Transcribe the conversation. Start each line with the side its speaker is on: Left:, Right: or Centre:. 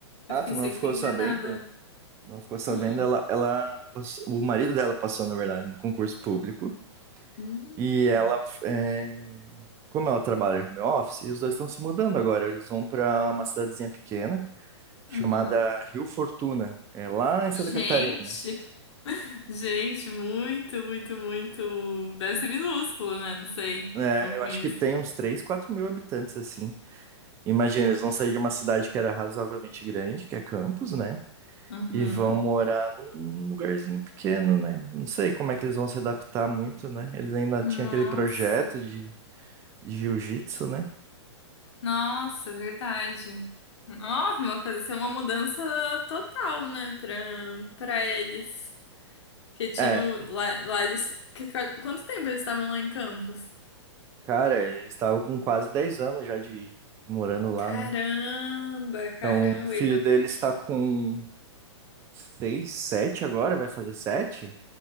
Left: Eu
Right: Ah,
Left: fiquei
Right: tu não
Left: sem
Right: ficou
Left: entender
Right: sabendo?
Left: nada.
Right: Não ficou sabendo?
Left: Hum,
Right: Ela, ela passou- o marido dela passou, na verdade, no concurso público.
Left: hum,
Right: E ela, é, como ela trabalha no meu office, os dois estão se mudando agora. Eles vão para uma cidadezinha pequena chamada
Left: uhum.
Right: Rio Fortuna, é lá em Santa
Left: Gente,
Right: Catarina.
Left: <laughs> gente, muito, muito, muito. Deve ser minúsculo, né? Não sei,
Right: É,
Left: não conheço.
Right: eu acho que tem uns 3, 4 mil habitantes, assim. Imagina, eles vão sair de uma cidade que era razoavelmente grande, que é Campos, né?
Left: Uhum.
Right: E vão morar num lugarzinho pequeno, né? Não sei como é que eles vão se adaptar muito, né? Eles ainda
Left: Nossa.
Right: tinham aquele projeto de de jiu-jitsu, né?
Left: Nossa, verdade. Nossa, vai fazer uma mudança total, né, pra, pra eles. Que tinham
Right: É,
Left: lá, lá eles. Que, quanto tempo eles estavam lá em Campos?
Right: cara, eles estavam com quase 10 anos já de morando lá,
Left: Caramba,
Right: né?
Left: caramba.
Right: Então, o filho
Left: e da-
Right: dele está com 6, 7 agora, vai fazer sete